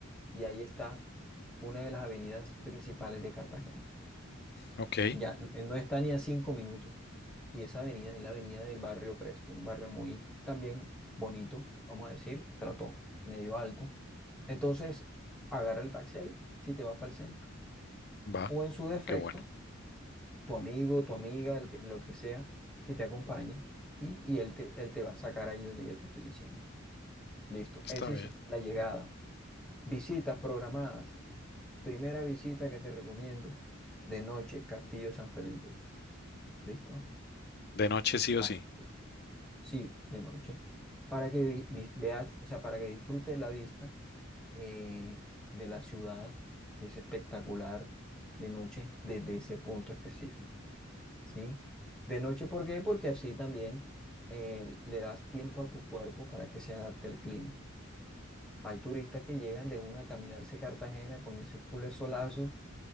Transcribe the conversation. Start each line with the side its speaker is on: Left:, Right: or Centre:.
Centre: y ahí está una de las avenidas principales de Cartagena.
Left: Ok,
Centre: Ya n- no está ni a cinco minutos. Y esa avenida es la avenida del barrio Crespo, un barrio muy también bonito, vamos a decir, trato medio alto. Entonces, agarra el taxi ahí, si te vas para el centro.
Left: va,
Centre: O en su defecto,
Left: qué bueno.
Centre: tu amigo, tu amiga, el que, lo que sea, que te acompañe y, y él te, él te va a sacar ahí donde yo te estoy diciendo. Listo,
Left: Está
Centre: esa
Left: bien.
Centre: es la llegada. Visitas programadas. Primera visita que te recomiendo de noche, Castillo San Felipe. ¿Listo?
Left: De noche sí
Centre: Parte
Left: o sí.
Centre: sí, de noche, para que vi- vi- veas, o sea, para que disfrutes la vista eh, de la ciudad, que es espectacular de noche desde ese punto específico, ¿sí? De noche, ¿por qué? Porque así también eh, le das tiempo a tu cuerpo para que se adapte al clima. Hay turistas que llegan de una a caminarse Cartagena con ese culo solazo